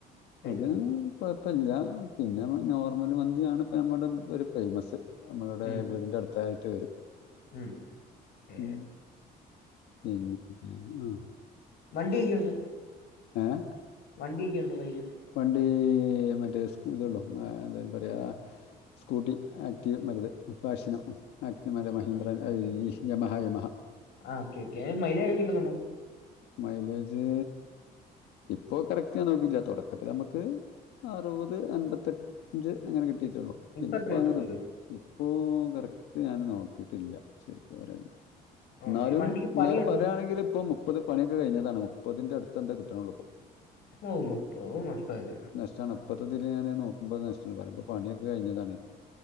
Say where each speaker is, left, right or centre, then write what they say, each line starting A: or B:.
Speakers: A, on the left (about 75°); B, on the left (about 80°).
A: കഴിച്ചിട്ടുണ്ട്
B: അത് കുഴപ്പില്ല പിന്നെ നോർമൽ മന്തിയാണ് ഇപ്പ നമ്മുടെ ഒരു ഫേമസ് നമ്മളുടെ
A: ഉം,
B: വീടിന്റെ അടുത്തായിട്ട് വരും
A: ഉം. ഏ,
B: ഉം പിന്നെ ആഹ്
A: വണ്ടിയൊക്കെയുണ്ടോ
B: ഏഹ്
A: വണ്ടിയൊക്കെയുണ്ടോ കൈയ്യിൽ
B: പണ്ട് ഹ് മറ്റേ <unintelligible> എന്താ അതിന്ന് പറയാ സ്കൂട്ടി ആക്റ്റീവ് മരുത് ഫാശിനം ആക്ടിവ് മരെ
A: ആ
B: മഹീന്ദ്രൻ
A: ഓക്കെ ഓക്കെ
B: അയീഷ്
A: ഓക്കെ
B: യമഹ യമഹ
A: ആ ക്കെ ക്കെ മൈലിഒക്കെ കിട്ടുന്നുണ്ടോ
B: മൈലേജ് ഇപ്പൊ കറക്റ്റണ് നോക്കില്ല തുടക്കത്തില് നമ്മുക്ക് അറുപത് അൻപത്തഞ്ച് അങ്ങനെ കിട്ടിയിട്ടൊള്ളൂ
A: ഇപ്പൊ
B: പിന്നെപ്പോങ്ങനെ
A: എത്ര കിട്ടുന്നുണ്ട്
B: നോക്ക ഇപ്പൊ കറക്റ്റ് ഞാന് നോക്കിട്ടില്ല ശരിക്കും പറയാണെങ്കി
A: ആ
B: ന്നാലും
A: ഈ വണ്ടിക്ക് പണിയുണ്ടോ
B: ന്നാലും പറയാണെങ്കി ഇപ്പൊ മുപ്പത് പണിയൊക്കെ കഴിഞ്ഞതാണ് മുപ്പതിന്റെ അടുത്തെന്താ കിട്ണൊള്ളൂ ഇപ്പോ
A: ഓഹ് മുപ്പത് അത് നഷ്ടല്ലേ
B: <unintelligible> പണിയൊക്കെ കഴിഞ്ഞതാണ്